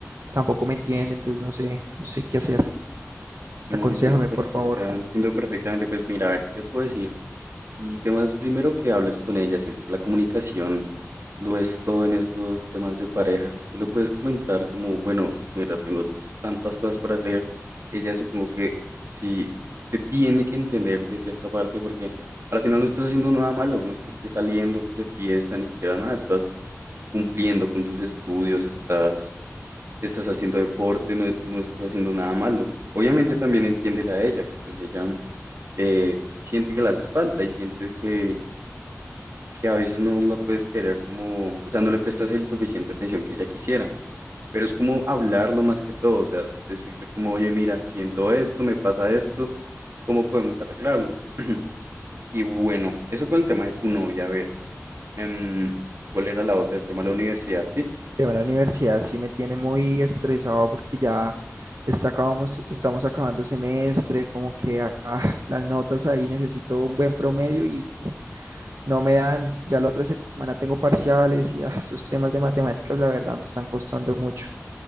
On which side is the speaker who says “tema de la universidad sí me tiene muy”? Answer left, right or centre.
Right